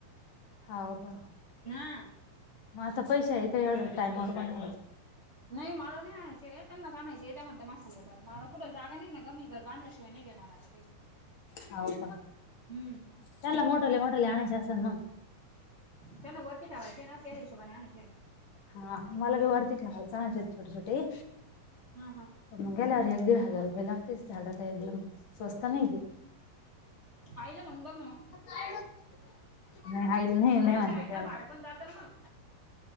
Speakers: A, on the left; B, on the right.
A: हाव का?
B: हा
A: म आता पैसे आहे का येवड? टाइमवर कोन द्यायचं.
B: नाही मला नाही आणायचे, हे त्यांनाच आणायचे ये, त्या म्हणतात माह्या संग चल. मला कुठ जागा नाही ना. मी घर बांधल्याशिवाय नाय घेणार आता काय.
A: हाव का?
B: हम्म
A: त्यांना मोटले मोटले आणाचे आसेल ना?
B: त्याला वरती ठेवायचे ना त्या हिशोबाने आणायचं आहेत.
A: हां, मला तर वाटते ते हालचनाचे छोटे छोटे
B: आ हां.
A: मग गेलावर एक दीड हजार रुपये लागतेस एवढं काही एकदम स्वस्त नाही ते
B: आईला म्हणून बघ ना मग
A: <unintelligible> आयला न्यायला
B: मग
A: नाही
B: रिक्षा
A: वाटत
B: आहे ना
A: हे असं.
B: भाडं पण जातं ना मग